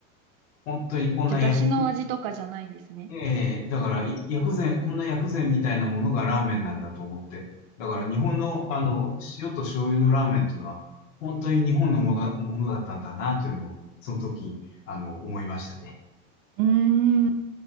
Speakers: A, on the left; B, on the right.
A: 本当にこんな薬
B: じゃあ、だしの味とかじゃないんですね。
A: ええ、だから、い薬膳、こんな薬膳みたいなものがラーメンなんだと思って。だから、日本の、あの、塩と醤油のラーメンっていうのは、本当に日本のものだ、ものだったんだな、というのを、その時、あの、思いましたね。
B: うーん。